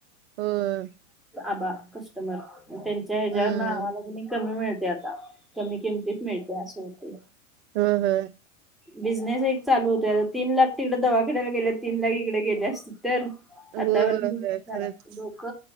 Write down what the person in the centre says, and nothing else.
आबा कस्टमर त्यांच्या ह्याच्यावर
नाव आले कनी कमी मिळते आता. कमी किमतीत मिळत असे होतय.
बिझनेस एक चालू होतोय आता तीन लाख तिकडे दवाखाण्याला गेलेत तीन लाख इकडे गेले अस तर
आतावर
बिझनेस
झाला
लोक